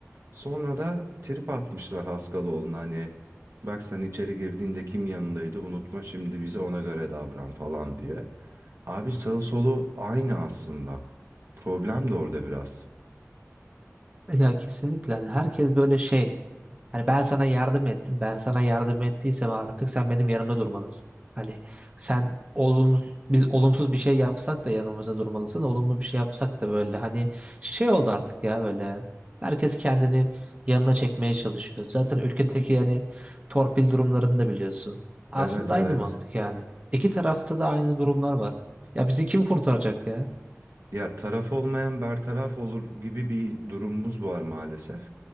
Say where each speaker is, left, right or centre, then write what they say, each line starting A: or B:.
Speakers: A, on the right; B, on the right.
A: Sonra da trip atmışlar Haskaloğlu'na hani bak sen içeri girdiğinde kim yanındaydı unutma şimdi bize ona göre davran falan diye. Abi sağı solu aynı aslında. Problem de orada biraz.
B: ya kesinlikle hani herkes böyle şey Hani ben sana yardım ettim. Ben sana yardım ettiysem artık sen benim yanımda durmalısın. Hani sen olumsuz biz olumsuz bir şey yapsak da yanımızda durmalısın. Olumlu bir şey yapsak da böyle hani şey oldu artık ya böyle. Herkes kendini yanına çekmeye çalışıyor. Zaten ülkedeki yani torpil durumlarını da biliyorsun. Aslında
A: Evet evet.
B: aynı mantık yani. İki tarafta da aynı durumlar var. Ya bizi kim kurtaracak ya?
A: Ya taraf olmayan bertaraf olur gibi bir durumumuz var maalesef.